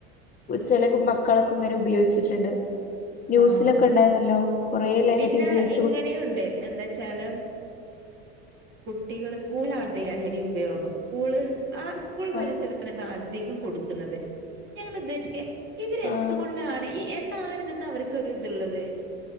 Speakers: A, on the left (about 25°); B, on the right (about 35°).
A: ചെല മക്കളൊക്കെ ഇങ്ങനെ ഉപയോഗിച്ചിട്ട്ണ്ട് ന്യൂസിലൊക്കെ
B: ആഹ്
A: ഇണ്ടായിന്നല്ലോ കൊറേ ലഹരി
B: പിന്നെ
A: ഉപയോഗിച്ചി
B: ഇങ്ങനെയുണ്ട് എന്താച്ചാല് കുട്ടികൾ സ്കൂൾണ്ത് ലഹരി ഉപയോഗം സ്കൂൾ ആ സ്കൂൾ പരിസരത്ത്
A: ആഹ്
B: ഇതധികം കൊടുക്കുന്നത് ഞാൻ ഉദ്ദേശിക്ക ഇവരെന്തുകൊണ്ടാണ്
A: ആഹ്
B: എന്നാണ് ഇതിന്ന് അവർക്കൊരു ഇത്ള്ളത്